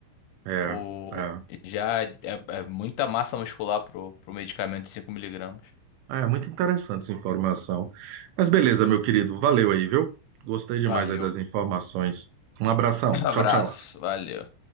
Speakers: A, on the right; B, on the left.
A: É,
B: O,
A: é.
B: já é, é muita massa muscular pro, pro medicamento de 5 miligramas.
A: Ah, é muito interessante essa informação. Mas beleza, meu querido, valeu aí, viu? Gostei demais
B: Valeu.
A: aí das informações. Um abração.
B: <clears throat> Abraço.
A: Tchau, tchau.
B: Valeu.